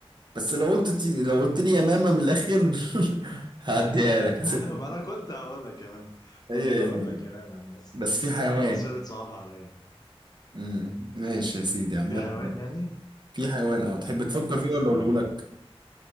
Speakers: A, on the right; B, on the left.
A: بس لو قلت تي... لو قلت لي يمامة من الآخر <laughs> هعديها لك هسيبك
B: <laughs> ما أنا كنت هقول لك يا مام كنت
A: هي
B: هقول
A: يمين.
B: لك يا مام يا عم، بس
A: بس في حيوان
B: بس انت وصرت صعبها عليا
A: مم. ماشي يا سيدي عامة
B: في حيوان يعني؟
A: في حيوان أهو تحب تفكر
B: طب
A: فيه
B: استنى
A: ولا أقوله لك؟